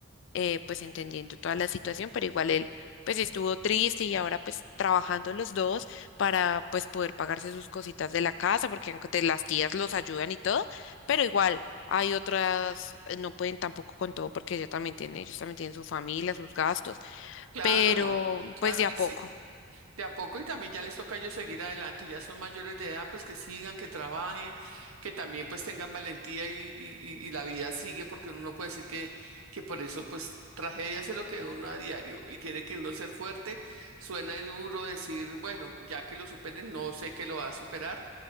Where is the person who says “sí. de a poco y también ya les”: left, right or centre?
Right